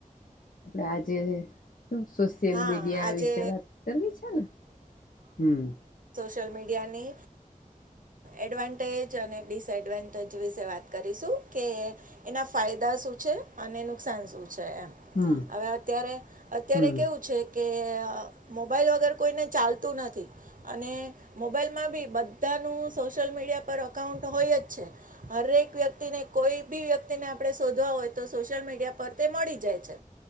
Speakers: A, on the left (about 80°); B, on the right (about 70°).
A: આપડે આજે સોશિયલ
B: હા
A: મીડિયા
B: આજે
A: વિશે વાત કરવી છે ને હમ
B: સોશયલ મીડિયાની એડવાન્ટેજ અને ડિસએડવાન્ટેજ વિશે વાત કરીશું કે એના ફાયદા શ ાન હ
A: હમ
B: અત્યારે
A: હમ
B: કેવું છે કે મોબાઈલ વગર કોઈને ચાલતું નથી અને મોબાઈલમાં બી બધાનું સોશિયલ મીડ પર અઉન્ટ હોય જ છે હરેક વ્યક્તિને કોઈ બી વ્યક્તિને આપણે શોધવા હોય તો સોશિયલ મીડિયા પર તે મળી જાય છે